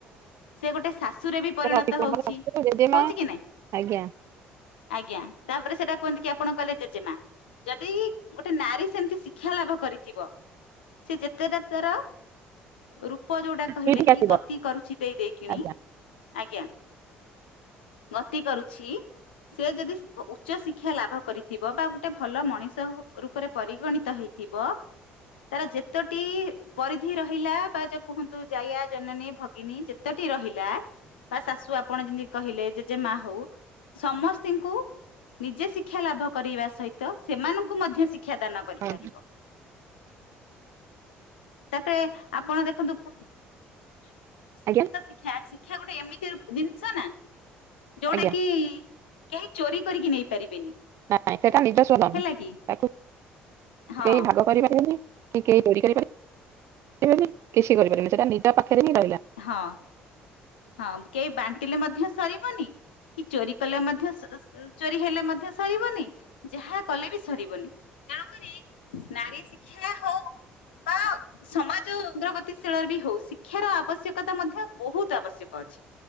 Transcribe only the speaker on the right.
ଅତିକ୍ରମରେ
ଅସୁର ଜେଜେମା
ଆଜ୍ଞା
ପିନ୍ଧିକି
ଆସିବ
ଆଜ୍ଞା
ହଁ
ଆଜ୍ଞା
ଆଜ୍ଞା
ନାଇଁ ସେଟା ନିଜ <unintelligible>
ତାକୁ
କେହି ଭାଗ କରିପାରିବେନି। କି କେହି ଚୋରି କରିପାରିବେ କିଛି କରିପାରିବନି ସେଟା ନିଜ ପାଖରେ ହିଁ ରହିଲା।